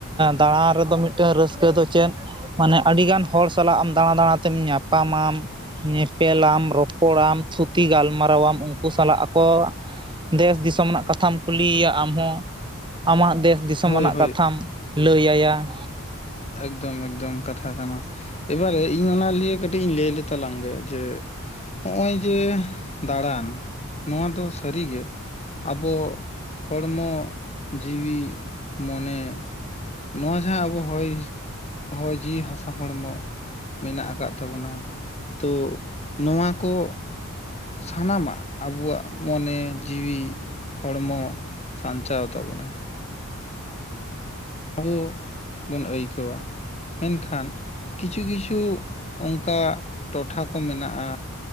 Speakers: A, on the right; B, on the left.
A: ᱫᱟᱬᱟ ᱨᱮᱫᱚ ᱢᱤᱫᱴᱟᱹᱝ ᱨᱟᱹᱥᱠᱟᱹ ᱫᱚ ᱪᱮᱫ ᱾ ᱢᱟᱱᱮ ᱟᱹᱰᱤᱜᱟᱱ ᱦᱚᱲ ᱥᱟᱞᱟᱜ ᱟᱢ ᱫᱟᱬᱟ ᱫᱟᱬᱟ ᱛᱮᱢ ᱧᱟᱯᱟᱢᱟᱢ ᱾ ᱧᱮᱯᱮᱞᱟᱢ ᱨᱚᱯᱚᱲᱟᱢ ᱛᱷᱩᱛᱤ ᱜᱟᱞᱢᱟᱨᱟᱣᱟᱢ ᱠᱩ ᱥᱟᱞᱟᱜ ᱟᱠᱚ ᱫᱮᱥ ᱫᱤᱥᱚᱢ ᱨᱮᱱᱟᱜ ᱠᱟᱛᱷᱟᱢ ᱠᱩᱞᱤᱭᱮᱭᱟ ᱟᱢ ᱦᱚ ᱟᱢᱟᱜ ᱫᱮᱥ ᱫᱤᱥᱚᱢ
B: ᱦᱳᱭ
A: ᱟᱱᱟᱜ
B: ᱦᱳᱭ
A: ᱠᱟᱛᱷᱟᱢ ᱞᱟᱹᱭ ᱟᱭᱟ ᱾
B: ᱮᱠᱫᱚᱢ ᱮᱠᱫᱚᱢ ᱠᱟᱛᱷᱟ ᱠᱟᱱᱟ ᱾ ᱮᱵᱟᱨᱮ ᱤᱧ ᱚᱱᱟ ᱞᱤᱭᱮ ᱠᱟᱹᱴᱤᱡ ᱤᱧ ᱞᱟᱹᱭ ᱞᱮᱛᱟᱞᱟᱝᱜᱮ ᱡᱮ ᱦᱚᱜᱼᱚᱭ ᱡᱮ ᱫᱟᱬᱟᱱ ᱱᱚᱣᱟ ᱫᱚ ᱥᱟᱹᱨᱤᱜᱮ ᱟᱵᱚ ᱦᱚᱲᱢᱚ ᱡᱤᱣᱤ ᱢᱚᱱᱮ ᱱᱚᱣᱟ ᱡᱟᱦᱟᱸ ᱟᱵᱚ ᱦᱚᱭ ᱦᱚᱭ ᱡᱤᱣᱤ ᱦᱟᱥᱟ ᱦᱚᱲᱢᱚ᱾᱾ ᱢᱮᱱᱟᱜ-ᱟ ᱠᱟᱫ ᱛᱟᱵᱚᱱᱟ ᱛᱚ ᱱᱚᱣᱟ ᱠᱚ ᱥᱟᱱᱟᱢᱟᱜ ᱟᱵᱚᱣᱟᱜ ᱢᱚᱱᱮ ᱡᱤᱣᱤ ᱦᱚᱲᱢᱚ ᱥᱟᱧᱪᱟᱣ ᱛᱟᱵᱚᱱᱟᱭ᱾ ᱟᱵᱚ ᱵᱚᱱ ᱟᱹᱭᱠᱟᱹᱣᱟ ᱢᱮᱱᱠᱷᱟᱱ ᱠᱤᱪᱷᱩ ᱠᱤᱪᱷᱩ ᱚᱱᱠᱟ ᱴᱚᱴᱷᱟ ᱠᱚ ᱢᱮᱱᱟᱜᱼᱟ